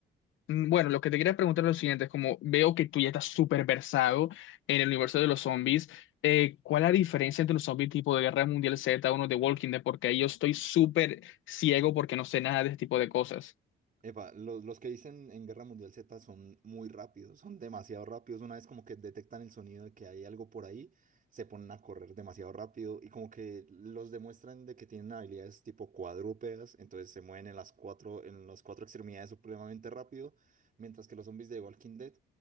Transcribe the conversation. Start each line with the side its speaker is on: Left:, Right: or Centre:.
Left: Mm, Bueno, lo que te quería preguntar es lo siguiente, es como veo que tú ya estás súper versado en el universo de los zombies. eh, ¿cuál es la diferencia entre los zombie tipo de Guerra Mundial Z o uno de Walking Dead? Porque ahí yo estoy súper ciego porque no sé nada de este tipo de cosas.
Right: Epa, los, los que dicen en Guerra Mundial Z son muy rápidos, son demasiado rápidos. Una vez como que detectan el sonido de que hay algo por ahí, se ponen a correr demasiado rápido y como que los demuestran de que tienen habilidades tipo cuadrúpedas, entonces se mueven en las cuatro, en las cuatro extremidades supremamente rápido, mientras que los zombies de Walking Dead,